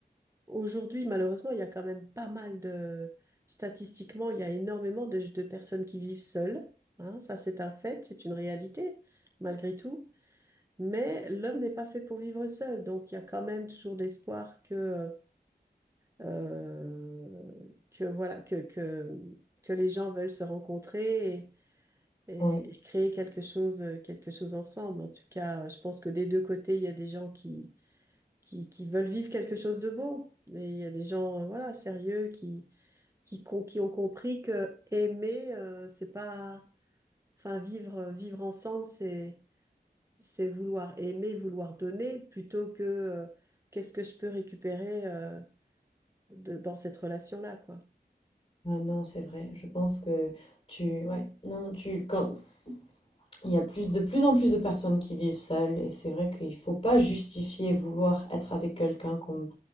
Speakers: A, on the right; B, on the left.
A: aujourd'hui, malheureusement, il y a quand même pas mal de, statistiquement, il y a énormément de, de personnes qui vivent seules. hein. ça, c'est un fait, c'est une réalité, malgré tout. Mais l'homme n'est pas fait pour vivre seul. Donc, il y a quand même toujours l'espoir que, euh, que voilà, que, que, que les gens veulent se rencontrer et,
B: Oui.
A: et créer quelque chose, euh, quelque chose ensemble. En tout cas, euh, je pense que des deux côtés, il y a des gens qui, qui, qui veulent vivre quelque chose de beau. Et il y a des gens, euh, voilà, sérieux qui, qui, con- qui ont compris que aimer, euh, c'est pas, enfin, vivre, euh, vivre ensemble, c'est, c'est vouloir aimer, vouloir donner, plutôt que, euh, qu'est-ce que je peux récupérer, euh, de- dans cette relation-là, quoi.
B: Ah non, c'est vrai. Je pense que tu, ouais, non, tu, quand il y a plus de plus en plus de personnes qui vivent seules, et c'est vrai qu'il faut pas justifier vouloir être avec quelqu'un comme